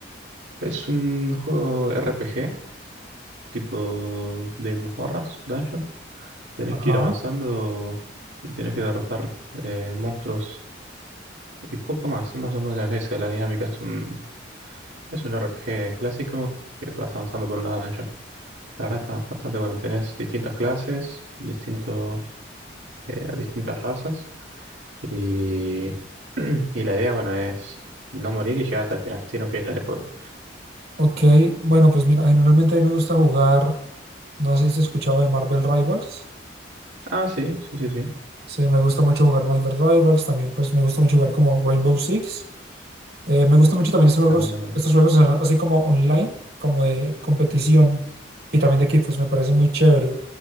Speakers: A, on the right; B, on the right.
A: Es un juego RPG, tipo de mazmorras, dungeon. Tenés
B: Ajá.
A: que ir avanzando y tenés que derrotar eh, monstruos y poco más. Es Más o menos esa es la dinámica. Es un, es un RPG clásico que vas avanzando por una dungeon. La verdad está bastante bueno. Tenés distintas clases, distintos, eh, distintas razas. Y, <clears throat> y la idea, bueno, es no morir y llegar hasta el final. Tiene un final el juego.
B: Ok. Bueno, pues, mira, generalmente a mí me gusta jugar. No sé si has escuchado de Marvel Rivals.
A: Ah, sí, sí, sí, sí.
B: Sí, me gusta mucho jugar Marvel Rivals, también pues me gusta mucho jugar como Rainbow Six. Eh, me gusta mucho también estos juegos,
A: También lo
B: estos juegos a- así como online, como de competición y también de equipos, me parecen muy chévere.